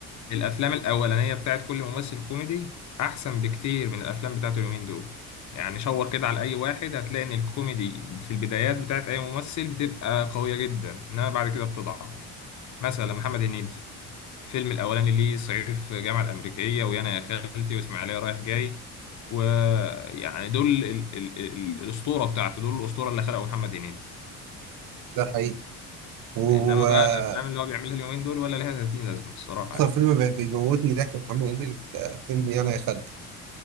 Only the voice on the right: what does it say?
ده حقيقي وأكتر
فيلم بي- بيموتني ضحك في محمد هنيدي آه، فيلم يانا يا خالتي